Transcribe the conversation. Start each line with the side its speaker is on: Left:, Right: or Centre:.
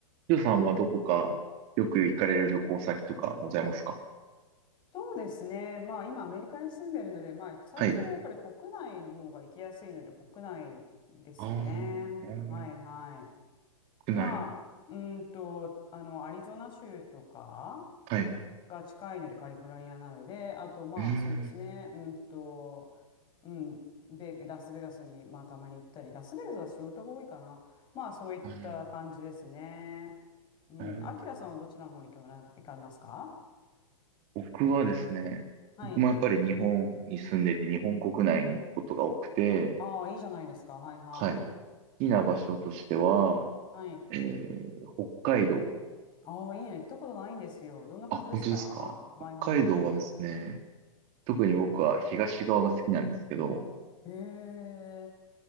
Right: ゆうさんはどこかよく行かれる旅行先とかございますか
Left: そうですね。まあ今アメリカに住んでるので、まあ最近はやっぱり国内の方が行きやすいので国内ですね。
Right: はい。あーあー、
Left: はいはい。
Right: 国内。
Left: まあ、うーんと、あの、アリゾナ州とか
Right: はい。
Left: が近いのでカリフォルニアなので、あとまあそうですね。
Right: うーん。
Left: うーんと、うん、ベラスベガスにまあたまに行ったり、ラスベガスは仕事が多いかな。まあそういった感じですね。
Right: あー
Left: うん、
Right: あー
Left: アキラさんはどちらの方に行かれますか
Right: 僕はですね、
Left: はい。
Right: 僕もやっぱり日本に住んでて、日本国内に行くことが多くて、
Left: ああ、いいじゃないですか。はいはい。
Right: はい。好きな場所としては、
Left: はい。
Right: えー、北海道。
Left: ああ、いいね。行ったことないんですよ。どんな感じですか
Right: あ、本当ですか北海道はですね、
Left: はいは
Right: 特に僕は東側が好きなんですけど、
Left: い。へえ。